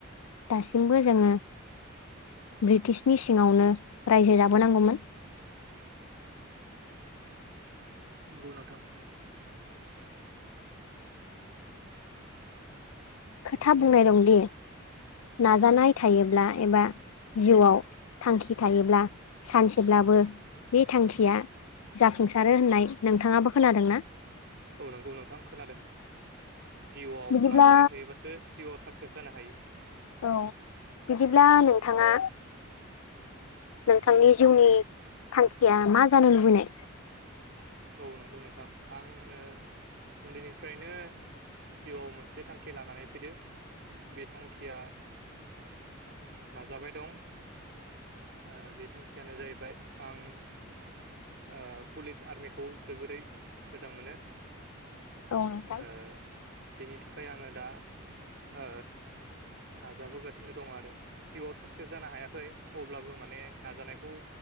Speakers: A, on the left; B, on the right.
A: दासिमबो जोङो ब्रिटिशनि सिङावनो रायजो जाबोनांगौमोन
B: नंगौ नोंथां <inaudible>
A: खोथा बुंनाय दंदि नाजानाय थायोब्ला एबा जिउआव थांखि थायोब्ला सानसेब्लाबो बे थांखिया जाफुंसार होननाय नोंथाङाबो खोनादों ना
B: औ नंगौ नोंथां खोनादों जिउआव
A: बिदिब्ला
B: नाजानाय थायोबासो जिउआव साक्सेस जानो हायो
A: औ बिदिब्ला नोंथाङा नोंथांनि जिउनि थांखिया मा जानो लुबैनाय
B: औ नंगौ नोंथां आंनो उन्दैनिफ्रायनो जिउआव मोनसे थांखि लानानै फैदो बे थांखिया नाजाबाय दं ओ बे थांखियानो जाहैबाय आं ओ पुलिस आर्मि खौ जोबोरै मोजां मोनो
A: औ नोंथां
B: ओ बेनि थाखाय आङो दा ओ नाजाबोगासिनो दं आरो जिउआव साक्सेस जानो हायाखै अब्लाबो माने नाजानायखौ